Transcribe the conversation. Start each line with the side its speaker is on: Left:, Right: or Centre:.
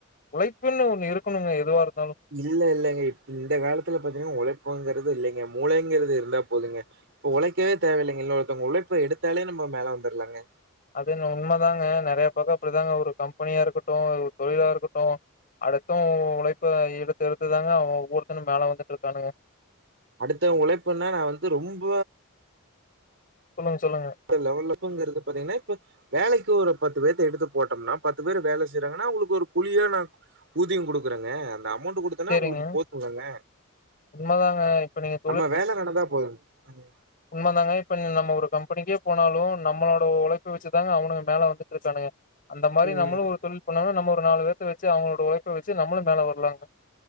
Left: உழைப்புன்னு ஒண்ணு இருக் கணுங்க எதுவா இருந்தாலு
Right: இல்ல இல்லங்க இந்த காலத்துல பாத்தீங்கன்னா உழைப்புங்கிறது இல்லங்க மூளைங்கிறது இருந்தா போதுங்க இப்ப உழைக்கவே தேவையில்லைங்க இன்னொருத்தவங்க உழைப்ப எடுத்தாலே நம்ம மேல வந்துரலாங்க
Left: அது என்ன உண்மதாங்க நெறைய பக்கோ அப்டிதாங்க ஒரு கம்பெனியா இருக்கட்டு ஒரு தொழிலா இருக்கட்டு அடுத்தவே உழைப்ப எடுத்து எடுத்துதாங்க ஒவ்வொருத்தனு மேல வந்துட்ருக்கானுங்க
Right: அடுத்தவே உழைப்புன்னா நா வந்து ரொம்ப
Left: சொல்லுங்க சொல்லுங்க
Right: இந்த லெவலப்ங்கிறது பாத்தீங்கன்னா இப்ப வேலைக்கி ஒரு பத்து பேத்த எடுத்து போட்டம்னா பத்து பேரு வேல செய்றாங்கன்னா அவுங்களுக்கு ஒரு குழியா நா ஊதியோ குடுக்குறங்க அந்த அமௌண்ட் குடுத் தன்னா
Left: சரிங்க.
Right: அவுங்களுக்கு போது இல்லங்க
Left: உண்மதாங்க. இப்ப நீங்க
Right: நம்ம வேலை நடந்தா போது ம்
Left: உண்ம தாங்க இப்ப நம்ம ஒரு கம்பெனிக்கே போனாலு நம்மளோட உழைப்ப வச்சிதாங்க அவனுங்க மேல வந்துட்ருக்கானுங்க அந்த மாரி
Right: ம்.
Left: நம்மளு ஒரு தொழில் பண்ணோன்னா நம்ம ஒரு நாலு பேத்த வச்சி அவுங்களோட உழைப்ப வச்சி நம்மளு மேல வரலாங்க